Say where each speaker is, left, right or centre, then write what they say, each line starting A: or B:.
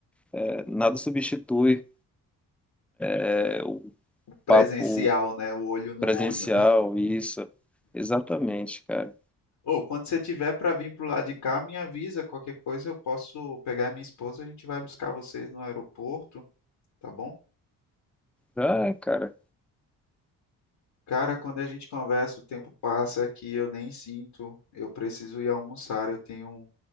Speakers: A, in the centre; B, on the left.
A: é, Nada substitui é, o
B: Presencial,
A: papo
B: né? O olho no
A: presencial,
B: olho.
A: isso. Exatamente, cara.
B: Ou quando você tiver para vir pro lado de cá, me avisa qualquer coisa, eu posso pegar minha esposa, a gente vai buscar vocês no aeroporto, tá bom?
A: Ah, cara.
B: Cara, quando a gente conversa, o tempo passa que eu nem sinto. Eu preciso ir almoçar, eu tenho